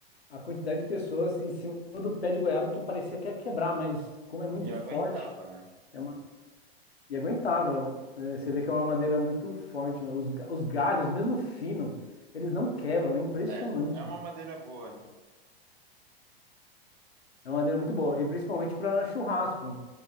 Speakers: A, on the left; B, on the right.
A: a quantidade de pessoas em cima do pé de goiaba que parecia que ia quebrar, mas como é muito
B: E aguentava,
A: forte,
B: né?
A: é uma- e aguentava. É, você vê que é uma madeira muito forte. meu. Os, ga- os galhos, mesmo fino, eles não quebram, é impressionante.
B: É, é uma madeira boa, né?
A: É uma madeira muito boa, e principalmente para churrasco.